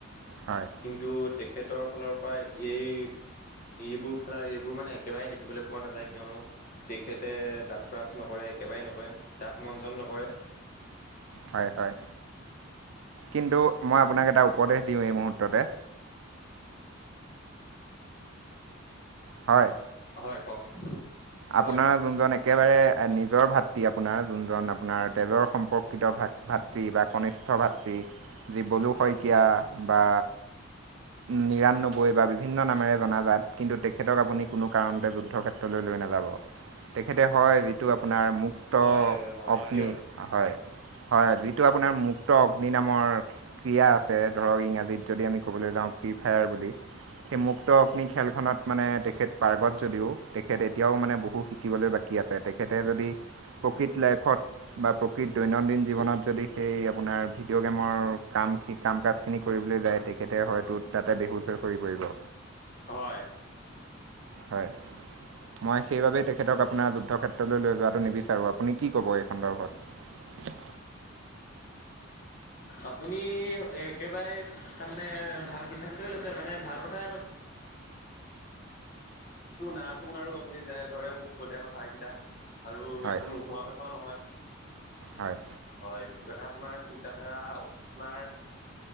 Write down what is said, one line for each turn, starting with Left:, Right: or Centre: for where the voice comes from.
Right: হয়
Left: কিন্তু তেখেতৰ ফালৰ প্ৰায় এই-এইবোৰ এইবোৰ মানে একেবাৰে দেখিবলৈ পোৱা নাযায় কিয়নো, তেখেতে দাঁত ব্ৰাছ নকৰে একেবাৰে নকৰে। দাঁত মঞ্জন নকৰে।
Right: হয়, হয় কিন্তু মই আপোনাক
Left: উম
Right: এটা উপদেশ দিওঁ এই মুহূৰ্ত মুঠতে হয়।
Left: হয় কওক।
Right: আপোনাৰ
Left: হয় কওক
Right: জোনজন একেবাৰে নিজৰ ভাতৃ আপোনাৰ জোনজন আপোনাৰ তেজৰ সম্পৰ্কিত ভাত ভাতৃ বা কনিষ্ঠ ভাতৃ যি বলু শইকীয়া। বা নিৰান্নব্বৈ বা বিভিন্ন নামেৰে জনাজাত, কিন্তু তেখেতক আপুনি কোনো কাৰণতে যুদ্ধ ক্ষেত্ৰলৈ লৈ নাযায়। <unintelligible> তেখেতে হয়, যিটো আপোনাৰ মুক্ত
Left: হয় হয়
Right: অগ্নি
Left: কিয়
Right: হয় হয়, যিটো আপোনাৰ মুক্ত অগ্নি নামৰ ক্ৰীড়া আছে ধৰক ইংৰাজীত যদি আমি ক'বলৈ যাওঁ ফ্ৰী ফায়াৰ বুলি, সেই মুক্ত অগ্নি খেলখনত মানে তেখেত পাৰ্গত যদিও তেখেত এতিয়াও মানে বহু শিকিবলৈ বাকী আছে, তেখেতে যদি প্ৰকৃত লাইফত বা প্ৰকৃত দৈনন্দিন জীৱনত যদি সেই আপোনাৰ ভিডিঅ' গেমৰ কাম ক-কাম কাজখিনি কৰিবলৈ যায় তেখেতে হয়তো তাতে বেহুচ হৈ সৰি পৰিব।
Left: হয়।
Right: হয়। মই সেইবাবেই তেখেতক আপোনাৰ যুদ্ধক্ষেত্ৰলৈ লৈ যোৱাটো নিবিচাৰোঁ আপুনি কি ক'বই সুন্দৰবাদ।
Left: আপুনি একেবাৰে তাৰমানে ভাল সিদ্ধান্তই লৈছে মানে ভাল কথ কৈছে-। টো নাম আৰু আপুনি যেনে ধৰে মোক কলে কথাকেইটা আৰু
Right: হয়
Left: একো নোহোৱা কথাও নহয়
Right: হয়
Left: হয়। সেইটো কাৰণে আপোনাৰ চিন্তাধাৰা আপোনাৰ